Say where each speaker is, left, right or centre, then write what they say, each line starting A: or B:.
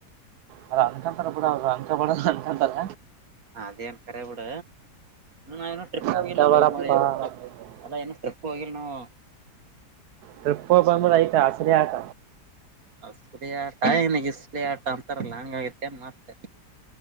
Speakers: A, on the right; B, on the right.
A: ಅವ್ರ್ ಅನ್ಕಂತಾರ ಬಿಡು ಅವರು ಅನ್ಕಬೇಡ ಅಂದ್ರು ಅನ್ಕಂತಾರೆ.
B: ಅದೇನ್ ಕರೆ ಬಿಡ ನಾವಿನ್ನು ಟ್ರಿಪ್ ಹೋಗಿಲ್ಲಲ್ಲೋ
A: ಅನ್ಕೋಬೇಡಪ್ಪ
B: ಮಾರಾಯ <unintelligible> ಅಲ್ಲ ಇನ್ನು ಟ್ರಿಪ್ ಹೋಗಿಲ್ ನಾವು.
A: ಟ್ರಿಪ್ ಬಂದ್ರೆ ಅಯ್ತ ಅಸಲಿ ಆಟ.
B: ಅಸಲಿ ಆಟ ಇನಗೆ ಇಸ್ಲಿ ಆಟ ಅಂತಾರಲ್ಲ ಹಂಗ್ ಆಗೈತಿನ್ ಮತ್ತೆ.